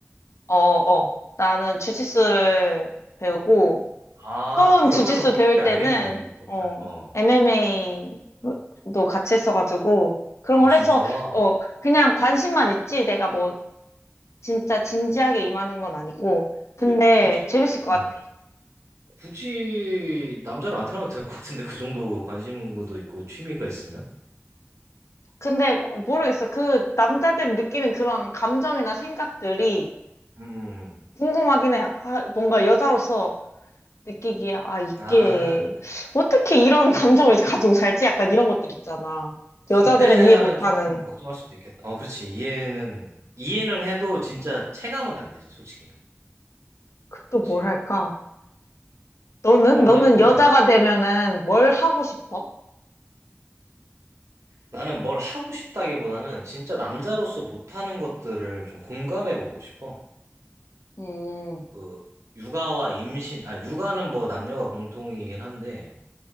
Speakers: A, on the left (about 75°); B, on the right (about 80°).
A: 어, 어. 나는 주짓수를 배우고,
B: 아,
A: 처음
B: 그러면은
A: 주짓수
B: 확실히
A: 배울 때는,
B: 알겠네, 격차를.
A: 어,
B: 어.
A: MMA도 같이 했어가지고, 그런
B: 아,
A: 걸
B: 진짜.
A: 해서, 어, 그냥 관심만 있지. 내가 뭐, 진짜 진지하게 임하는 건 아니고. 근데,
B: 근데 굳이
A: 재밌을 것
B: 음,
A: 같아.
B: 굳이 남자로 안 태어나도 될 것 같은데 그 정도 관심도 있고 취미가 있으면?
A: 근데, 모르겠어. 그, 남자들이 느끼는 그런 감정이나 생각들이
B: 음. 음.
A: 궁금하긴 해. 아, 뭔가 여자로서 느끼기에, 아, 이게,
B: 아, 근데
A: 어떻게 이런 감정을 가지고 살지? 약간 이런 것들 있잖아.
B: 군대
A: 여자들은
B: 생활은
A: 이해 못하는,
B: 조금 걱정할 수도 있겠다. 어, 그렇지. 이해는 이해는 해도 진짜 체감은 안 되지, 솔직히.
A: 그 또
B: 그치.
A: 뭘 할까? 너는?
B: 남자로
A: 너는
B: 태어난다면.
A: 여자가 되면은 뭘 하고 싶어?
B: 나는 뭘 하고 싶다기보다는 진짜 남자로서 못하는 것들을 좀 공감해보고 싶어.
A: 음,
B: 그, 육아와 임신, 아, 육아는 뭐 남녀가 공통이긴 한데,